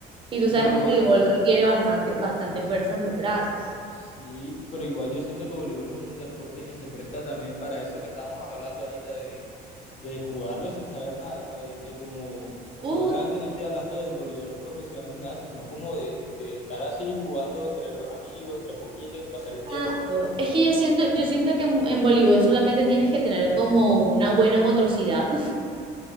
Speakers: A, on the right; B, on the left.
A: Y tú
B: Pero
A: sabes que el
B: igual,
A: voleibol requiere bastante, bastante fuerza en los brazos.
B: sí, pero igual yo siento que voleibol es un deporte que se presta también para eso que estamos hablando ahorita de de jugarlo sin saber nada, o sea, de, de como,
A: Uh,
B: obviamente no estoy hablando del voleibol profesional ni nada, sino como de, de estar así jugando entre amigos, entre poquitos y pasar el tiempo.
A: tanto. Es que yo siento, yo siento que en, en voleibol solamente tienes que tener como una buena motricidad. <laughs>